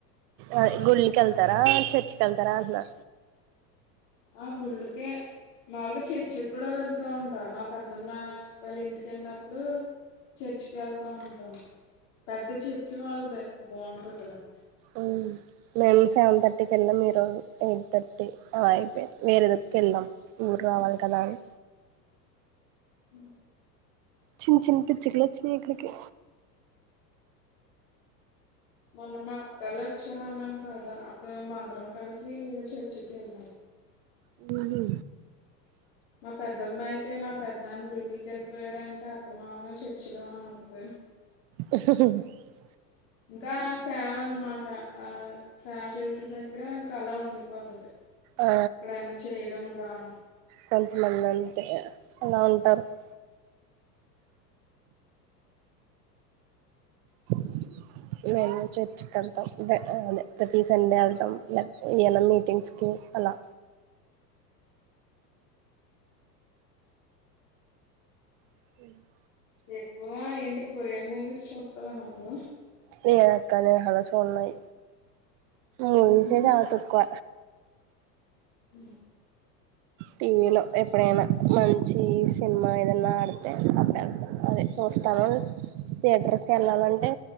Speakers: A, on the right; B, on the left.
A: ఆ గుళ్కి వెళ్తారా చర్చికి వెళ్తారా అంటున్నా
B: ఆ గుళ్ళకే మాలుగా చర్చికి కూడా వెళ్తూ ఉంటా మా పెద్దమ్మ వాళ్ళ ఇంటిక వెళ్ళినప్పుడు చర్చికి వెళ్తా ఉంటను పెద్ద చర్చి వాళ్ళది బాగుంటదిలే
A: ఉమ్ మేము సెవెన్ థర్టీకి వెళ్ళాం మీరోజు ఎయిట్ థర్టీ అలా అయిపోయాంది వేరే దుక్కుకి వెళ్ళాం ఊరు రావాలి కదా అని
B: అ
A: చిన్న చిన్న పిచ్చుకులు వచ్చినాయి ఇక్కడికి
B: మొన్న మా అక్కళ వచ్చారా అన్నాను కదా అప్పుడు మేము అందరం కలిసి చర్చికి వెళ్ళాము
A: ఉహు
B: మా పెద్దమ్మ అయితే మా పెద్ద నాన్న డ్యూటీకి వెళ్ళిపోయాడంటే ఆస్తమను చర్చిలోనే వుంటది
A: <inaudible>
B: ఇంకా సేవ అన్నమాట ఆ సేవ చేసే దగ్గర ఇంక అలా ఉండిపోతది
A: ఆ
B: ఇక్కడ అన్ని చేయడం రావడం
A: కొంతమంది అంతే అలా ఉంటారు <inaudible> <inaudible> మేము చర్చికి వెళ్తాం అదే ప్రతి సండే వెళ్తాం ఏవన్నా మీటింగ్స్ కి లా <inaudible>
B: ఎక్కువ ఏంటి కొరియన్ మూవీస్ చూస్తావా నువ్వు
A: <unintelligible> <unintelligible> ఉన్నాయి మూవీస్
B: మ్మ్.
A: ఏ చాలా తక్కువ
B: హామ్
A: టీవీలో ఎప్పుడైనా మంచి సినిమా ఏదన్నా ఆడితే అప్పుడు వెళ్తా అదే ఇస్తానం థియేటర్కి వెళ్ళాలంటే